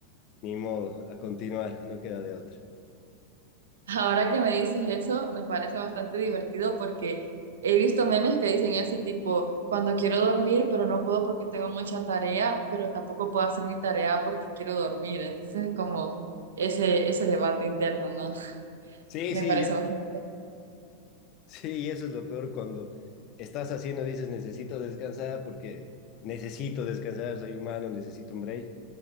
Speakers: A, on the left (about 40°); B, on the right (about 65°).
A: ni modo, a continuar, no queda de otra.
B: <laughs> Ahora que me dices eso, me parece bastante divertido porque he visto memes que dicen ese tipo, cuando quiero dormir, pero no puedo porque tengo mucha tarea, pero tampoco puedo hacer mi tarea porque quiero dormir. Entonces, es como ese, ese debate interno, ¿no? <laughs>
A: Sí,
B: Me
A: sí,
B: parece
A: y es-
B: bastante...
A: sí, y eso es lo peor cuando estás haciendo, dices, necesito descansar porque necesito descansar, soy humano, necesito un break,